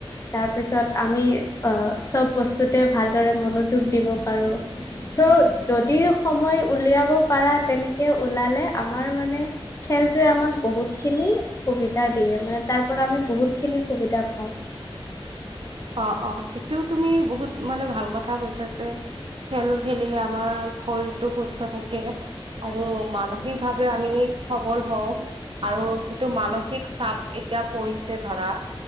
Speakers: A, on the left; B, on the right.
A: তাৰপিছত আমি অ চব বস্তুতে ভালদৰে মনোযোগ দিব পাৰোঁ। চ' যদি সময় উলিয়াব পাৰা তেনেকে ওলালে আমাৰ মানে খেলটোৱে আমাক বহুতখিনি সুবিধা দিয়ে মানে তাৰ পৰা আমি বহুতখিনি সুবিধা পাওঁ।
B: অ অ এইটো তুমি বহুত মানে ভাল কথা কৈছা যে খেল খেলিলে আমাৰ শৰীৰটো সুস্থ থাকে। আৰু মানসিক ভাৱে আমি সবল হওঁ। আৰু যিটো মানসিক চাপ এতিয়া পৰিছে ধৰা।